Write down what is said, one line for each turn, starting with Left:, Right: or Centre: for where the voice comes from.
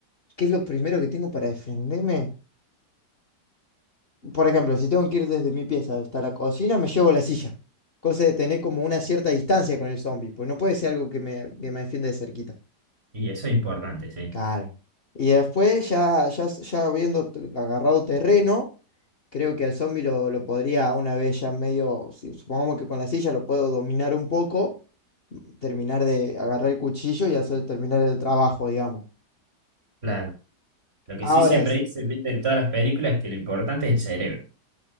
Left: ¿Qué es lo primero que tengo para defenderme? Por ejemplo, si tengo que ir desde mi pieza hasta la cocina, me llevo la silla. Cosa de tener como una cierta distancia con el zombie, pues no puede ser algo que me, que me defiende de cerquita.
Right: Y eso es importante, sí.
Left: Claro. Y después, ya, ya, s- ya habiendo t- agarrado terreno, creo que al zombie lo, lo podría una vez ya medio, si- supongamos que con la silla lo puedo dominar un poco, m- terminar de agarrar el cuchillo y hacer terminar el trabajo, digamos.
Right: Claro. Lo que
Left: Ahora,
Right: sí siempre dicen, viste, en todas las películas, que lo importante es el cerebro.